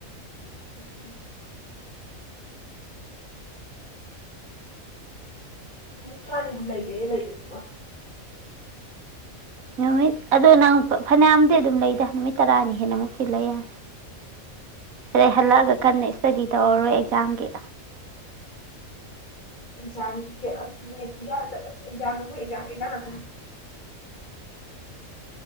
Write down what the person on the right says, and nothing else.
ꯅꯨꯃꯤꯠ ꯑꯗꯣ ꯅꯪ ꯐꯅꯌꯥꯝꯗꯤ ꯑꯗꯨꯝ ꯂꯩꯗ ꯅꯨꯃꯤꯠ ꯇꯔꯥꯅꯤ ꯍꯦꯟꯅꯃꯨꯛꯇꯤ ꯂꯩꯌꯦ ꯔꯦ ꯍꯜꯂꯒ ꯀꯟꯅꯩꯁ ꯏꯁꯇꯗꯤ ꯇꯧꯔꯔꯣꯏ ꯑꯦꯛꯖꯥꯝꯒꯤ